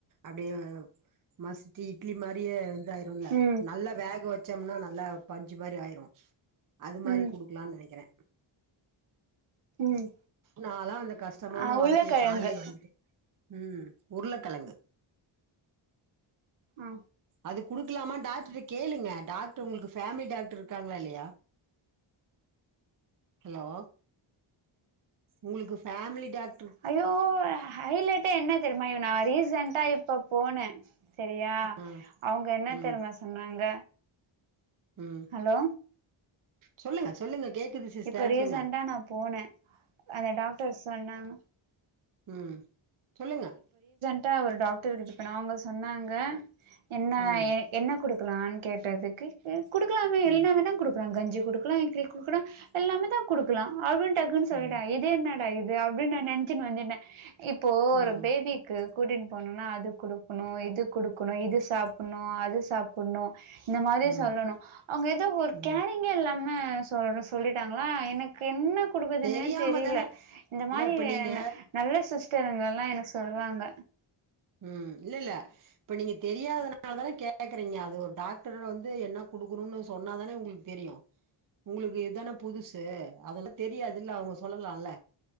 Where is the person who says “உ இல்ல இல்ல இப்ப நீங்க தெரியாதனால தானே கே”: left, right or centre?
Right